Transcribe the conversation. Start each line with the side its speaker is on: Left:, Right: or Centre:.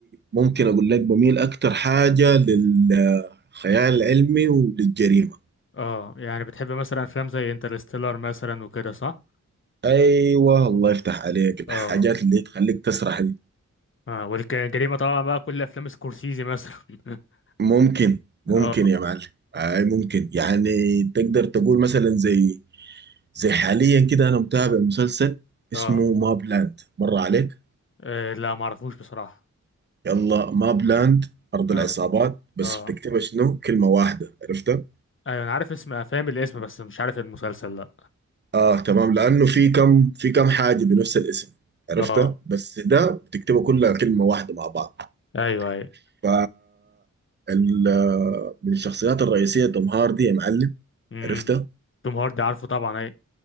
Right: ممكن أقول لك بميل أكتر حاجة للخيال العلمي وللجريمة
Left: اه يعني بتحب مثلا افلام زي انترستيلر مثلا وكده صح
Right: أيوة الله يفتح عليك
Left: اه
Right: الحاجات اللي تخليك تسرح دي
Left: اه والجريمه طبعا بقى كل افلام سكورسيزي مثلا <laughs>
Right: ممكن ممكن
Left: اه
Right: يا معلم آه ممكن يعني تقدر تقول مثلا زي زي حاليا كده انا متابع مسلسل
Left: اه
Right: اسمه ماب لاند مر عليك
Left: آه، لا ما اعرفوش بصراحه
Right: يلا ماب لاند ارض
Left: اه
Right: العصابات بس
Left: اه
Right: بتكتبها شنو كلمه واحده عرفتها
Left: ايوه انا عارف اسم فاهم الاسم بس مش عارف المسلسل لا
Right: اه تمام لانه في كم في كم حاجه بنفس الاسم عرفتها
Left: اه
Right: بس ده بتكتبها كلها كلمه واحده مع بعض
Left: ايوه ايوه
Right: ف ال- من الشخصيات الرئيسيه توم هاردي يا معلم
Left: امم
Right: عرفتها
Left: توم هاردي عارفه طبعا اي